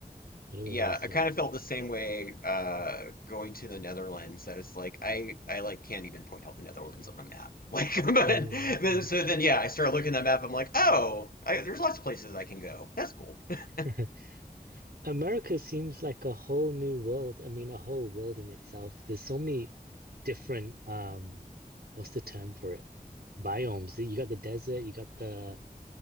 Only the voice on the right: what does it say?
but it was
nice.
Uh,
mm,
mm.
<laughs> America seems like a whole new world. I mean, a whole world in itself. There's so many different um, what's the term for it? Biomes. You got the desert. You got the